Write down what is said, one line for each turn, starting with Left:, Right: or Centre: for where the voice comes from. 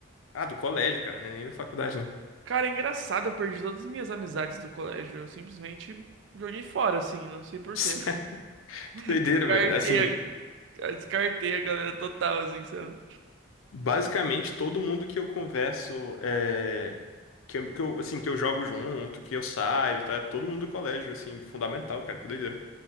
Left: Ah, do colégio, cara, né? Nem da faculdade, né?
Right: Cara, é engraçado, eu perdi todas as minhas amizades do colégio. Eu simplesmente joguei fora, assim, não sei por
Left: <laughs>
Right: quê. <laughs>
Left: Que doideira,
Right: Descartei
Left: velho. Assim,
Right: a, descartei a galera total, assim, sabe?
Left: basicamente todo mundo que eu converso é que eu, que eu, assim, que eu jogo junto, que eu saio e tal, é todo mundo do colégio, assim, fundamental, cara, que doideira.